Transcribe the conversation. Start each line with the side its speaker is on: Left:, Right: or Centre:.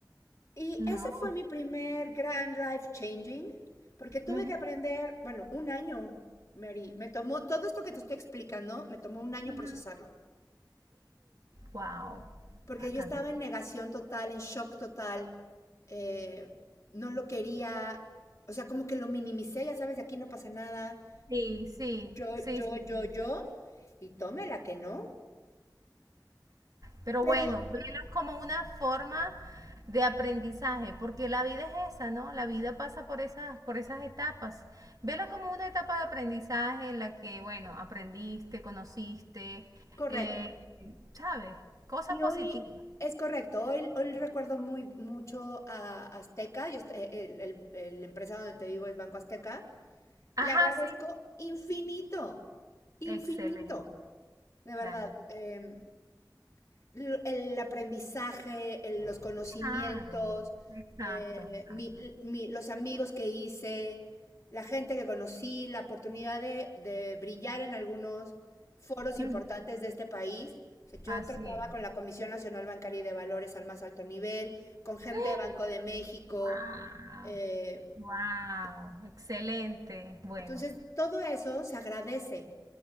Left: Y
Right: No.
Left: ese fue mi primer gran life changing, porque tuve
Right: ujú,
Left: que aprender, bueno, un año, Mary. Me tomó, todo esto que te estoy explicando, me tomó un año
Right: ujú.
Left: procesarlo.
Right: Wow,
Left: porque
Right: bastante.
Left: yo estaba en negación total, en shock total, eh, no lo quería, o sea, como que lo minimicé, ya sabes, de aquí no pasa nada,
Right: Sí, sí,
Left: yo,
Right: sí,
Left: yo,
Right: sí,
Left: yo,
Right: sí.
Left: yo, y tómela que no,
Right: Pero
Left: pero
Right: bueno, velo como una forma de aprendizaje, porque la vida es esa, ¿no? La vida pasa por esas, por esas etapas. Vela como una etapa de aprendizaje en la que, bueno, aprendiste, conociste,
Left: correcto.
Right: eh, ¿sabes? Cosas
Left: Y
Right: positivas.
Left: hoy es correcto, hoy, hoy recuerdo muy mucho a Azteca, yo, est- eh, el, el- el empresa donde te digo es Banco Azteca,
Right: Ajá,
Left: le agradezco
Right: sí.
Left: infinito, infinito,
Right: Excelente,
Left: de verdad.
Right: claro.
Left: em, l- el aprendizaje, el- los conocimientos,
Right: Claro, exacto,
Left: eh,
Right: exacto.
Left: mi- mi- los amigos que hice, la gente que conocí, la oportunidad de, de brillar en algunos foros
Right: Ujú,
Left: importantes de este país. O sea, yo
Right: Así
Left: trataba
Right: es.
Left: con la Comisión Nacional Bancaria y de Valores al más alto nivel, con gente
Right: <gasps>
Left: de Banco de México.
Right: ¡Wow!
Left: eh,
Right: Wow, excelente. Bueno,
Left: entonces, todo eso se agradece.